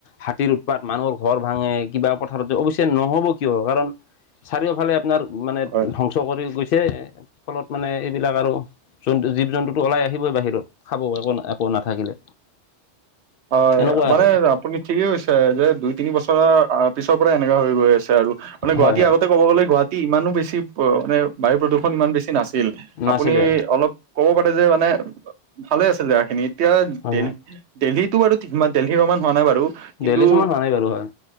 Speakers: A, on the left; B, on the right.
A: হাতীৰ উৎপাত মানুহৰ ঘৰ ভাঙে কিবা পথাৰত অৱশ্যে নহব কিয় কাৰণ। চাৰিওফালে আপোনাৰ মানে
B: হয়
A: ধ্বংস কৰি গৈছে ফলত মানে এইবিলাক আৰু জন্তু জীৱ জন্তুটো ওলাই আহিবই বাহিৰত খাব একো একো নাথাকিলে।
B: <inaudible> হয়
A: এনেকুৱা
B: মানে
A: আৰু
B: আপুনি ঠিকেই হৈছে যে দুই তিনি বছৰ পিছৰ পৰা এনেকা হৈ গৈ আছে আৰু মানে গুৱাহাটী
A: হয় হয়
B: আগতে। ক'ব গলে গুৱাহাটী ইমানো বেছি মানে বায়ু প্ৰদূষণ ইমান বেছি নাছিল
A: নাছিলে
B: আপুনি অলপ, ক'ব পাৰে যে মানে ভালে আছে জেগাখিনি এতিয়া
A: হয়
B: দে
A: হয়
B: দেল্লীত, <unintelligible> দেলহি সমান হোৱা নাই বাৰু। কিন্তু
A: দেলহি চমান হোৱা নাই বাৰু হয়।